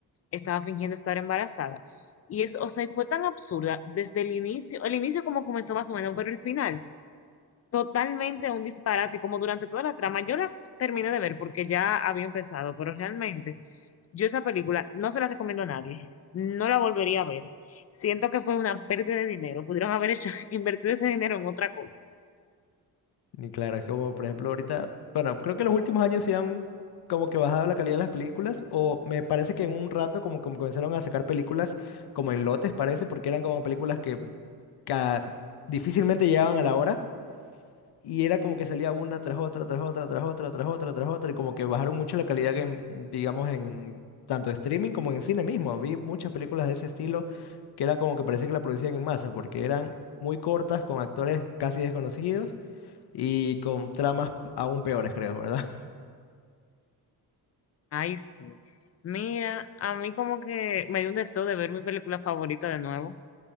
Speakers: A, on the left; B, on the left.
A: estaba fingiendo estar embarazada. Y es, o sea, y fue tan absurda desde el inicio, el inicio como comenzó más o menos, pero el final totalmente un disparate, como durante toda la trama. Yo la terminé de ver porque ya había empezado, pero realmente yo esa película no se la recomiendo a nadie. No la volvería a ver. Siento que fue una pérdida de dinero. Pudieron haber hecho, <laughs> invertido ese dinero en otra cosa.
B: Y claro, es como, por ejemplo, ahorita, bueno, creo que los últimos años sí han como que bajado la calidad de las películas, o me parece que en un rato como, como comenzaron a sacar películas como en lotes, parece, porque eran como películas que ca- difícilmente llegaban a la hora, y era como que salía una tras otra, tras otra, tras otra, tras otra, tras otra, y como que bajaron mucho la calidad que, en- digamos, en tanto streaming como en cine mismo. Vi muchas películas de ese estilo que era como que parecía que la producían en masa, porque eran muy cortas, con actores casi desconocidos y con tramas aún peores, creo, ¿verdad?
A: Ay, sí. Mira, a mí como que me dio un deseo de ver mi película favorita de nuevo.